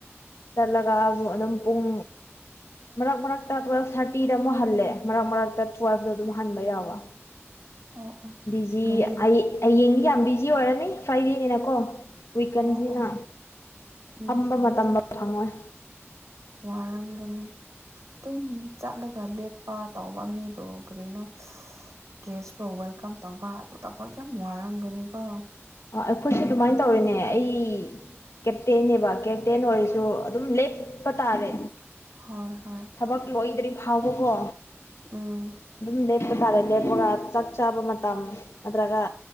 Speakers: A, on the left; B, on the right.
A: ꯆꯠꯂꯒ ꯑꯗꯨꯝ ꯄꯨꯡ ꯃꯔꯛ ꯃꯔꯛꯇ ꯇꯨꯋꯦꯜꯐ ꯊꯥꯔꯇꯤꯗ ꯑꯃꯨꯛ ꯍꯜꯂꯦ ꯃꯔꯛ ꯃꯔꯛꯇ ꯇꯨꯋꯦꯜꯕꯇꯣ ꯑꯗꯨꯝ ꯍꯟꯕ ꯌꯥꯕ
B: ꯑꯣ ꯑꯣ
A: ꯕꯤꯖꯤ
B: ꯒꯥꯔꯤ
A: ꯑꯩ ꯍꯌꯦꯡꯗꯤ ꯌꯥꯝ ꯕꯤꯖꯤ ꯑꯣꯏꯔꯅꯤ ꯐ꯭ꯔꯥꯏꯗꯦꯅꯤꯅꯀꯣ ꯋꯤꯀꯦꯟꯁꯅꯤꯅ
B: ꯑꯣ ꯑꯣ ꯎꯝ
A: ꯐꯝꯕ
B: ꯎꯝ
A: ꯃꯇꯝꯗ ꯐꯪꯉꯣꯏ
B: ꯋꯥꯔꯝꯒꯅꯤ ꯑꯗꯨꯝ ꯆꯠꯂꯒꯞ ꯆꯠꯄ ꯇꯧꯕ ꯃꯤꯕꯨ ꯀꯔꯤꯅꯣ ꯀꯦꯁꯄꯨ ꯋꯦꯜꯀꯝ ꯇꯧꯕ ꯇꯣꯇꯐꯥꯎ ꯌꯥꯝ ꯋꯥꯔꯝꯒꯅꯤꯀꯣ
A: ꯑ ꯑꯩꯈꯣꯏꯁꯨ ꯑꯗꯨꯃꯥꯏꯅ ꯇꯧꯔꯤꯅꯦ ꯑꯩ ꯀꯦꯞꯇꯦꯦꯕ ꯀꯦꯞꯇꯦꯟ ꯑꯣꯏꯔꯁꯨ ꯑꯗꯨꯝ ꯂꯦꯞꯄ ꯇꯥꯔꯦ
B: ꯍꯣꯏ ꯍꯣꯏ
A: ꯊꯕꯛ ꯂꯣꯏꯗ꯭ꯔꯗꯤ ꯐꯥꯎꯕꯀꯣ
B: ꯎꯝ
A: ꯑꯗꯨꯝ ꯆꯠꯄ ꯇꯥꯔꯦ ꯂꯦꯞꯄꯒ ꯆꯥꯛ ꯆꯥꯕ ꯃꯇꯝ ꯅꯠꯇ꯭ꯔꯒ